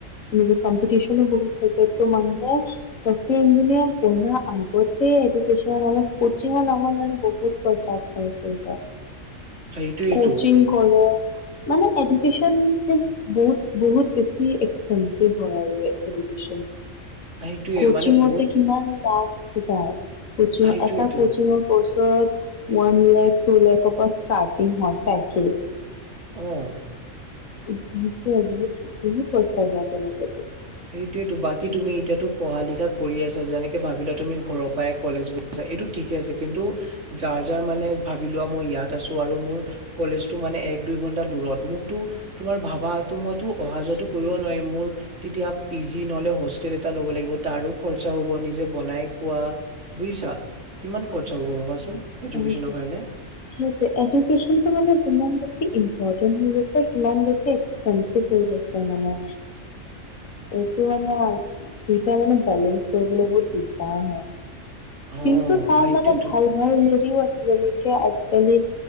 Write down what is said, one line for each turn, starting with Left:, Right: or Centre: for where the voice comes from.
Left: এনেকে কম্পিটিচনো বহুত থাকে তো মানুহে ডক্তৰ ইঞ্জিনিয়াৰ পঢ়াৰ আগতে এ এইটো কচিঙৰ নামত কচিঙৰ নামত মানে বহুত পইচা খৰচ হৈ যায়
Right: সেইটোয়েতো
Left: কচিং কৰে মানে এডুকেশ্যন ইজ বহুত-বহুত বেছি এক্সপেঞ্চিভ হয় আৰু, এডুকেশ্যন।
Right: সেইটোয়ে
Left: কচিং
Right: মানে
Left: মতে
Right: বহুত
Left: কিমান লাখ যায় কচিং
Right: সেইটোয়েতো
Left: এটা কচিংৰ কৰ্চত ওৱান লেখ টু লেখ অব ষ্টাৰ্টিং হয় পেকে
Right: উম
Left: সেইটো বহুত বহুত পইচা যায় তেনেকেতো
Right: সেটোৱেটো বাকী তুমি এতিয়াতো পঢ়া লিখা কৰি আছা যেনেকে ভাবিলা তুমি ঘৰৰ পৰাই কলেজ গৈছ এইটো ঠিক ঠিকে আছে কিন্তু যাৰ যাৰ মানে ভাবি লোৱা মই ইয়াত আছো আৰু মোৰ কলেজটো মানে এক দুই ঘণ্টাত দূৰত মোকতো তোমাৰ ভাবা মইতো অহা যোৱাটো কৰিব নোৱাৰিম মোৰ তেতিয়া পি জি নহলে হোষ্টেল এটা ল'ব লাগিব তাৰো খৰচা হ'ব নিজে বনাই খোৱা বুইছা কিমান খৰচা হ'ব ভাবাচোন এডুকেশ্যনৰ
Left: সেইটোৱে
Right: কাৰণে
Left: সেইটোৱে এডুকেচনটো মানে যিমান বেছি ইন <unintelligible> সিমান বেছি এস্কপেনচিব্ হৈ গৈছে মানে এইটো দুইটা মানে বেলেঞ্চ কৰিবলৈ বহুত দিগদাৰ হয়।
Right: অ
Left: কিন্তু তাৰ
Right: সেইটোয়েতো
Left: মানে ভাল ভাল হেৰিও আছে। যেনেকে আজিকালি,